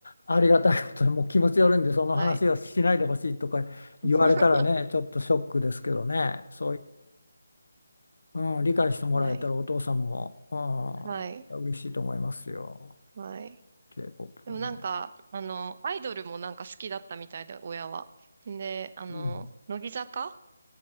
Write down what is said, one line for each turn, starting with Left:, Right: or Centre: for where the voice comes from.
Left: ありがたいことに、もう気持ちよるんで、その話はしないでほしいとか言われたらね、
Right: はい。<laughs>
Left: ちょっとショックですけどね、そういう、うん、理解してもらえたらお父さんも、
Right: はい。はい。
Left: うん、嬉しいと思いますよ。
Right: はい。
Left: K-POP
Right: でもなんか、
Left: をね。
Right: あの、アイドルもなんか好きだったみたいで、親は。で、あの、
Left: うん。
Right: 乃木坂